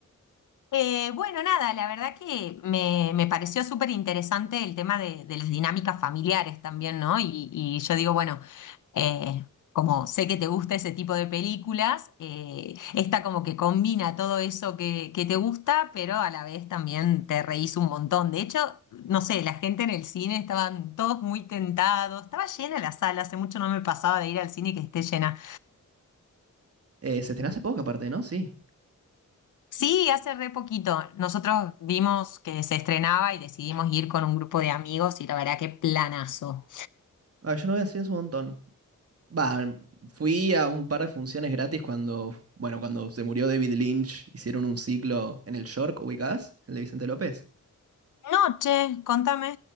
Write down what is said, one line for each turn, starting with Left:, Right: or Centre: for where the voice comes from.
Left: Eh, bueno, nada, la verdad que me, me pareció súper interesante el tema de, de las dinámicas familiares también, ¿no? Y, y yo digo, bueno, eh, como sé que te gusta ese tipo de películas, eh, esta como que combina todo eso que, que te gusta, pero a la vez también te reís un montón. De hecho, no sé, la gente en el cine estaban todos muy tentados, estaba llena la sala, hace mucho no me pasaba de ir al cine que esté llena.
Right: Eh, se estrenó hace poco, aparte, ¿no? Sí.
Left: Sí, hace re poquito. Nosotros vimos que se estrenaba y decidimos ir con un grupo de amigos y la verdad que planazo.
Right: Ah, yo no voy así hace un montón. Va, fui a un par de funciones gratis cuando, bueno, cuando se murió David Lynch, hicieron un ciclo en el York, ubicás, el de Vicente López.
Left: Noche, contame.